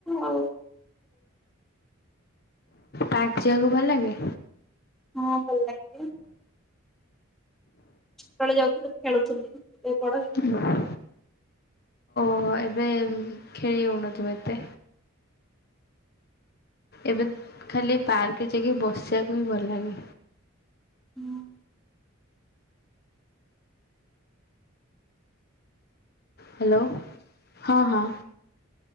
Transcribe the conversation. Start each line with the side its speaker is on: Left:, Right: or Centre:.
Centre: ଆଉ
Left: ପାର୍କ ଯିବାକୁ ଭଲ ଲାଗେ।
Centre: ହଁ ଭଲ ଲାଗେ। ଛୋଟବେଳେ ଯାଉଥିଲି ଖେଳୁଥିଲି ଏବେ ବଡ଼ ହେଇକି
Left: ହଁ। ଓ ଏବେ ଖେଳି ହଉନଥିବ ଏତେ। ଏବେ ଖାଲି ପାର୍କରେ ଯାଇକି ବସିବାକୁ ହିଁ ଭଲ ଲାଗେ।
Centre: ହଁ।
Left: ହ୍ୟାଲୋ ହଁ ହଁ।